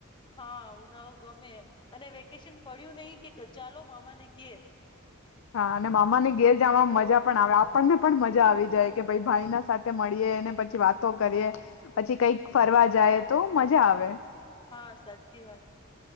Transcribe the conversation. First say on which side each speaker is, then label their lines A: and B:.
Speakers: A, on the left (about 25°); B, on the left (about 65°).
A: હા ઉનાળો ગમે અને વેકેશન પડ્યું નહી કે ચાલો મામાને ઘેર.
B: હા અને મામાને ઘેર જવાવામાં મજા પણ આવે આપણને પણ મજા આવી જાય કે ભાઈ ભાઈ ના સાથે મળીએ અનેને પછી વાતો કરીએ પછી કઈક ફરવા જાય તો મજા આવે.
A: હા સાચી વાત.